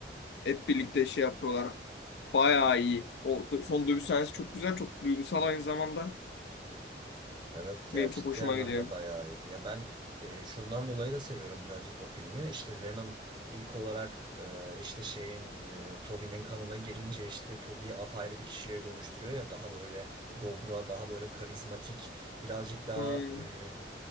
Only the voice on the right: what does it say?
Evet yani
ciddi
anlamda
bayağı iyiydi. Ya ben e, şundan dolayı da seviyorum birazcık o filmi. İşte Venom ilk olarak e, işte şeyin e, Tobey'nin kanına girince işte Tobey'i apayrı bir kişiliğe dönüştürüyor ya daha böyle dobra, daha böyle karizmatik, birazcık daha
e,